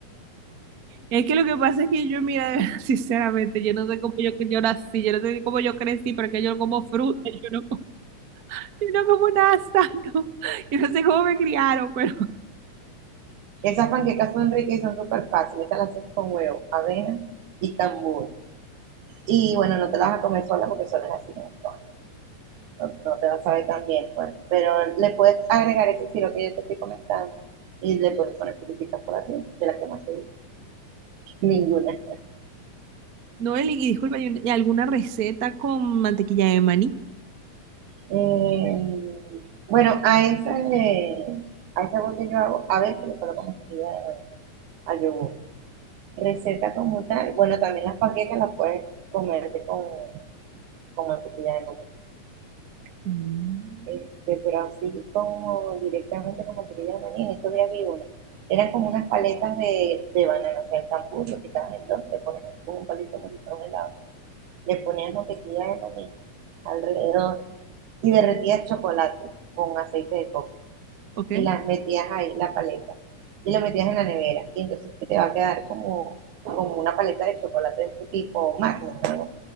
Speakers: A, on the right; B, on the right.
A: Es que lo que pasa es que yo, mira, de verdad, <laughs> sinceramente, yo no sé cómo yo, que yo nací, yo no sé cómo yo crecí, pero es que yo como fruta, yo no como, <laughs> yo no como nada sano. <laughs> Yo no sé cómo me criaron, pero... <laughs>
B: Esas panquecas son ricas y son súper fáciles. Esas las haces con huevo, avena y cambur. Y bueno, no te las vas a comer sola porque solas así no son. No, no te vas a saber tan bien, pues. Pero le puedes agregar ese estilo que yo te estoy comentando y le puedes poner frutitas por arriba, de la que más te gusta. Ninguna.
A: Noel, y y disculpa, ¿y un- y alguna receta con mantequilla de maní?
B: Eh, bueno, a ese, a ese bote yo hago, a veces le coloco mantequilla de maní al yogur. Receta como tal, bueno, también las panquecas las puedes comerte con, con mantequilla de maní.
A: Mm.
B: Este, pero así como directamente con mantequilla de maní, en estos días vi una. Eran como unas paletas de, de banana, o sea, el cambur lo quitabas en dos, le pones así como un palito con un helado, le ponías mantequilla de maní alrededor y derretías chocolate con aceite de coco
A: ¿Ok?
B: y las metías ahí, la paleta, y lo metías en la nevera, y entonces te va a quedar como, como una paleta de chocolate de este tipo magnum, ¿no?